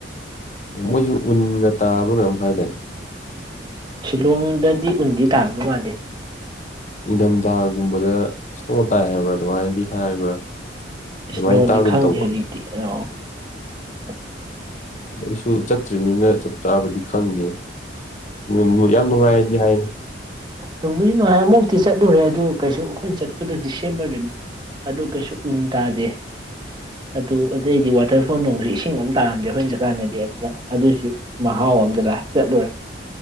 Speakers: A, on the left; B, on the right.
A: ꯃꯣꯏꯁꯨ ꯎꯟꯒ ꯇꯥꯕ꯭ꯔꯥ ꯀꯩꯅꯣꯝ ꯍꯥꯏꯗꯥꯏꯅꯦ
B: ꯁꯤꯂꯣꯡꯗꯗꯤ ꯎꯟꯗꯤ ꯇꯥꯕ ꯃꯥꯟꯗꯦ
A: ꯏꯪꯊꯝꯊꯥꯒꯨꯝꯕꯗ ꯏꯁꯅꯣ ꯇꯥꯏ ꯍꯥꯏꯕ꯭ꯔꯥ ꯑꯗꯨꯃꯥꯏꯅꯗꯤ ꯍꯥꯏꯕ꯭ꯔꯥ ꯑꯗꯨꯃꯥꯏꯅ
B: ꯏꯁꯅꯣꯗꯤ
A: ꯇꯥꯒꯨꯝ
B: ꯈꯪꯗꯦ
A: ꯇꯧꯕ
B: ꯍꯧꯖꯤꯛꯇꯤ <inaudible>
A: ꯑꯩꯁꯨ ꯆꯠꯇ꯭ꯔꯤꯝꯅꯤꯅ ꯆꯞ ꯆꯥꯕꯗꯤ ꯈꯪꯗꯦ ꯎꯝ ꯌꯥꯝ ꯅꯨꯡꯉꯥꯏꯗꯤ ꯍꯥꯏꯌꯦ
B: ꯅꯨꯡꯃꯨꯘꯤ ꯅꯨꯡꯉꯥꯏꯑꯃꯨꯛꯇꯤ ꯆꯠꯂꯨꯔꯦ ꯑꯗꯨ ꯀꯩꯁꯨ ꯑꯩꯈꯣꯏꯅ ꯆꯠꯄꯗꯨ ꯗꯤꯁꯦꯝꯕꯔꯗꯅꯤ ꯑꯗꯨ ꯀꯩꯁꯨ ꯎꯟ ꯇꯥꯗꯦ ꯑꯗꯨ ꯑꯗꯩꯗꯤ ꯋꯥꯇꯔꯐꯣꯜ ꯅꯣꯡꯁꯨ ꯏꯁꯤꯡ ꯑꯃ ꯇꯥꯔꯝꯗꯦ ꯑꯩꯈꯣꯏꯅ ꯆꯁꯨꯠꯀꯥꯟꯅꯗꯤ ꯑꯗꯨꯅ ꯑꯗꯨꯑꯣꯏꯁꯨ ꯃꯍꯥꯎ ꯥꯎ ꯑꯝꯗ ꯂꯥꯛꯑ ꯆꯠꯂꯨꯔꯦ